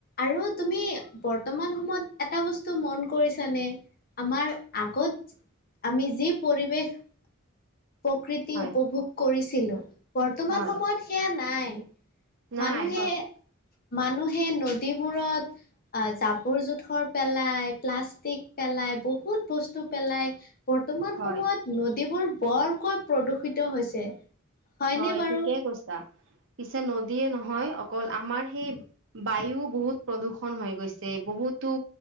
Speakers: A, on the left; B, on the right.
A: আৰু তুমি বৰ্তমান সময়ত এটা বস্তু মন কৰিছানে? আমাৰ আগত আমি যি পৰিৱেশ প্ৰকৃতি
B: হয়
A: উপভোগ কৰিছিলো, বৰ্তমান
B: হয়
A: সময়ত সেয়া নাই।
B: নাই
A: মানুহে
B: হ
A: মানুহে নদীবোৰত জাবৰ-জোথৰ পেলাই, প্লাষ্টিক পেলা ই, বহুত বস্তু পেলাই। বৰ্তমান
B: হয়
A: সময়ত নদীবোৰ বৰকৈ প্ৰদূষিত হৈছে। হয়নে
B: হয়
A: বাৰু?
B: ঠিকে কৈছা। পিছে নদীয়ে নহয় অকল আমাৰ সেই বায়ু বহুত প্ৰদূষন হৈ গৈছে। বহু হুতো